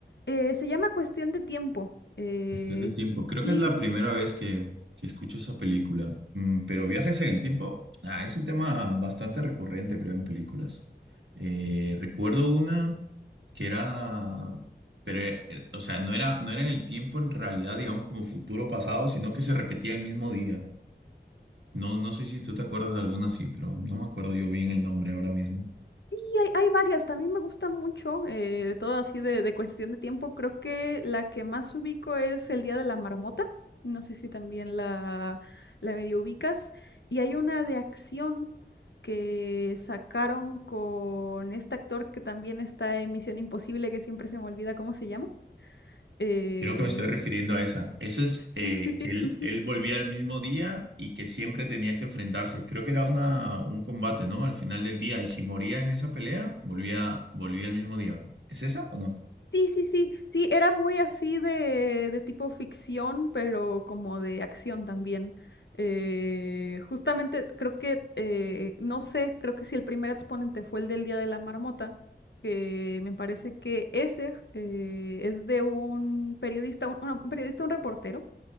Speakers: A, on the left; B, on the right.
A: Eh, se llama Cuestión de Tiempo. eh,
B: Cuestión de tiempo. Creo
A: sí,
B: que es la
A: sí,
B: primera
A: sí.
B: vez que, que escucho esa película. Mm, pero viajes en el tiempo, ah, es un tema bastante recurrente, creo, en películas. Eh, recuerdo una que era, pero, eh, o sea, no era, no era en el tiempo en realidad, digamos, como futuro o pasado, sino que se repetía el mismo día. No, no sé si tú te acuerdas de alguna así, pero no me acuerdo yo bien el nombre ahora mismo.
A: Sí, hay, hay varias, también me gusta mucho, eh, de todo así de, de cuestión de tiempo. Creo que la que más ubico es El Día de la Marmota. No sé si también la, la medio ubicas. Y hay una de acción que sacaron con este actor que también está en Misión Imposible, que siempre se me olvida cómo se llama. Eh,
B: Creo que me estoy refiriendo a esa. Esa es
A: sí,
B: eh,
A: sí, sí.
B: que él,
A: <laughs>
B: él volvía el mismo día y que siempre tenía que enfrentarse. Creo que era una, un combate, ¿no? Al final del día. Y si moría en esa pelea, volvía, volvía el mismo día. ¿Es esa o no?
A: Sí, sí, sí, sí, era muy así de, de tipo ficción, pero como de acción también. Eh, justamente creo que, eh, no sé, creo que si el primer exponente fue el del Día de la Marmota, que me parece que ese eh, es de un periodista, un, un periodista, un reportero,